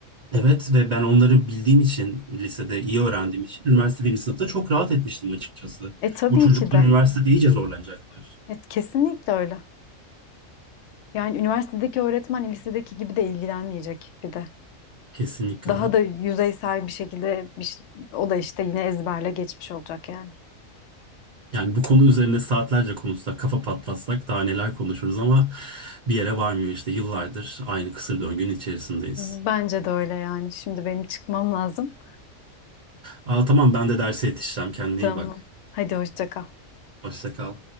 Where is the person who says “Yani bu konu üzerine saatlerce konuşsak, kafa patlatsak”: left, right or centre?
Right